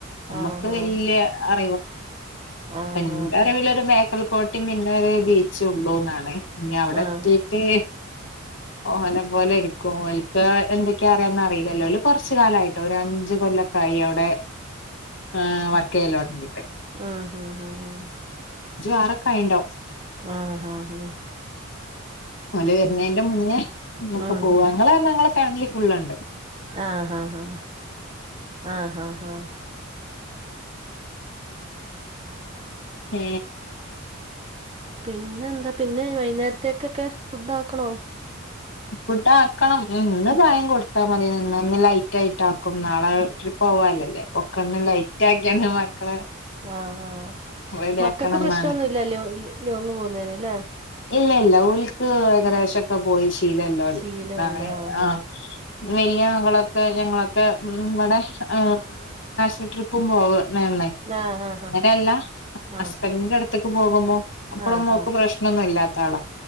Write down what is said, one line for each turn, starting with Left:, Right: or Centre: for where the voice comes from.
Left: നമ്മക്ക്
Right: ആഹ്
Left: വ
Right: ആഹ്
Left: ന്ന
Right: ആഹ്
Left: എറിവിില ഒരു മേക്കൽ കോോട്ടയും പിന്നെ ബീച്ച് ഉള്ളൂന്നാണ് ഇനി അവിടെ
Right: ആഹ്
Left: എത്തിീട്ട് ഓഹനെ പോലെ കോൽക്ക് എന്തൊക്കെയാ അറിയന്ന് അറിയില്ലല്ലോ കൊറച്ച കാലമായിട്ട് ഒരു അഞ്ച് കൊല്ലൊക്കെ ആയി അവിടെ ആഹ് വർക്കൈൽോഓടി
Right: ആഹ് ഹഹ് ആഹ് ആഹ
Left: ആറൊക്കെയിുണ്ടാവും
Right: ആഹ് ആഹ് ആഹ്
Left: ഓല വരുന്നേന്റെ മുന്നേ ഒക്കെ
Right: ആഹ്
Left: പോ ങ്ങളെ ഞങ്ങളെ ഫാമിലി ഫുള്ുണ്ട്
Right: ആഹ് ഹഹ് ആഹ് ആഹ് ഹഹ ആഹ്
Left: ഏ
Right: പിന്നെ എന്താ പിന്നെ വൈകുന്നേരത്തേക്കൊക്കെ ഫുഡ ആക്കണോ
Left: ഫുഡ ആക്കണം ഇന്ന് ഭായം കൊടുത്താ മതി നിന്ന് ഒന്ന് ലൈറ്റ് ആയിട്ട ആാക്കും നാളെ ട്രപ്പ പോവാലല്ലേ പൊക്കണ് ലൈറ്റ് ആക്കിയാണ് മക്കളെ
Right: ആഹ ആ
Left: റെഡി
Right: മക്കൾക്ക്
Left: ആക്കണം
Right: പ്രശ്നംൊന്നുമല്ല
Left: എന്നാണ്
Right: ലോ ലോങ്ങ് പോുന്നതിന് അല്ലേ
Left: ഇല്ല ഇല്ല ഉൽക്ക് ഏകദേശം ഒക്കെ പോയി ശീലല്ലോ
Right: ശീലമുണ്ട്
Left: നാളെ
Right: ആഹ്
Left: ആ വലിയ മകളൊക്കെ ഞങ്ങളൊക്കെ ഇമ്മടെ ഇന്റർനാഷണൽ ട്രിപ്പും പോവ് വേണേ
Right: ആഹ്
Left: അങ്ങനെയല്ല
Right: ആഹ്
Left: ഹസ്ബൻഡിന്റെ അടുത്തേക്ക് പോകുമ്പോ അപ്പോഴുംമ്മോക്ക്
Right: ആഹ് ആഹ്
Left: പ്രശ്നം ല്ലാത്തളാ